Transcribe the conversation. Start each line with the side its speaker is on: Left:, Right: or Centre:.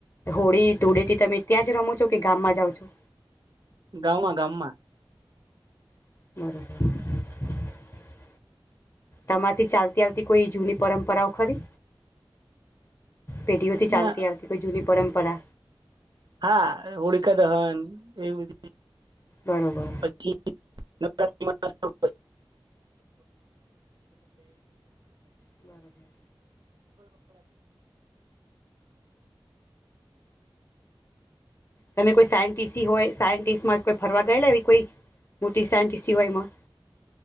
Left: હોળી ધૂળેથી તમે ત્યાં જ રમો છો કે ગામમાં જાઓ છો.
Right: ગાવમાં ગામમાં.
Left: બરોબર. તમારથી ચાલતી આવતી, કોઈ જૂની પરંપરાઓ ખરી? પેઢીઓથી ચાલતી
Right: ના
Left: આવતી કોઈ જુદી પરં પરા.
Right: હા, હોળકા દહન એવુ બ
Left: બરોબર
Right: પછી <inaudible>
Left: બરોબર <inaudible> તમે કોઈ સાયન્ટિસી હોય, સાયન્ટિસ્ટમાં કોઈ ફરવા ગયલા એવી કોઈ મોટી સાયન્ટિસી વાલી માં.